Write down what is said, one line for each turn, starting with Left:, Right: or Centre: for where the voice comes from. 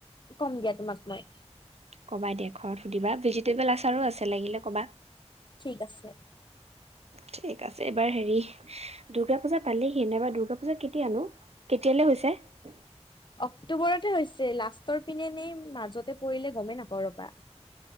Left: কম দিয়া তোমাক মই
Right: কবা দেই ঘৰত সুধিবা ভেজিটেবল আচাৰো আছে। লাগিলে কবা?
Left: ঠিক আছে।
Right: ঠিক আছে এবাৰ হেৰি দুৰ্গা পূজা পালেহি নাইবা দুূৰ্গা পূজা কেতিয়া নো? কেতিয়ালৈ হৈছে।
Left: অক্টোবৰতে হৈছে লাষ্টৰ পিনেনে মাজতে পৰিলে গমেই নাপাওঁ। ৰবা